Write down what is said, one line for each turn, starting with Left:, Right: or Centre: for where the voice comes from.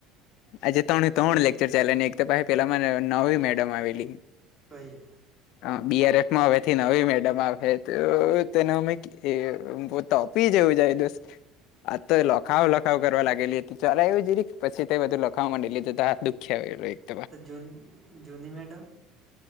Left: આજે ત્રણે ત્રણ લેક્ચર ચાયલા ને એક તો પેલા નવી મેડમ આવેલી.
Centre: હોઈ
Left: હ બીઆરએફ માં હવેથી નવી મેડમ આવે તો તેને અમે. એ બો તોપી જેવું જાય દોસ. આજ તો લખાવ લખાવ કરવા લાગેલી હતી ચાલયવુ જરીક પછી. તે બધું લખવા માંડીલી તા હાથ દુખીયાવેલો એક
Centre: તો જુન જુની મેડમ.